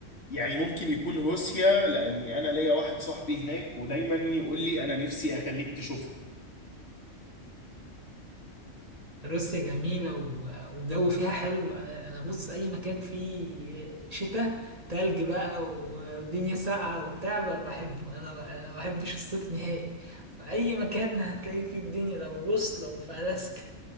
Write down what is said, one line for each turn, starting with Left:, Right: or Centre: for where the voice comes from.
Left: يعني ممكن يكون روسيا لاني انا ليا واحد صاحبي هناك ودايما يقول لي انا نفسي اخليك تشوفها
Right: روسيا جميلة و- والجو فيها حلو انا انا بص اي مكان فيه شتاء تلج بقى والدنيا ساقعة وبتاع ب- بحبه انا انا ما بحبش الصيف نهائي فاي مكان هتلاقي فيه الدنيا لو بص لو في الاسكا